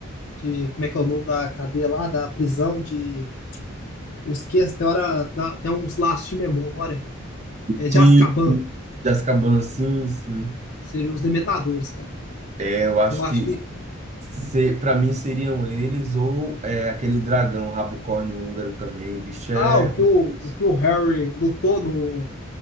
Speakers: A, on the left; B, on the right.
A: de. Como é que é o nome da cadeia lá? Da prisão de. Eu esqueço, tem hora. dá- Tem uns laços de memória. É
B: Sim.
A: de Azkaban.
B: sim. Jessica Biel, sim, sim.
A: seriam os Dementadores, cara.
B: Eu acho
A: Eu acho
B: que
A: que.
B: se, para mim seriam eles ou é, aquele dragão rabocórnio húngaro também. O bicho
A: Ah,
B: é
A: o que
B: cabuloso.
A: o, o, que o Harry lutou no,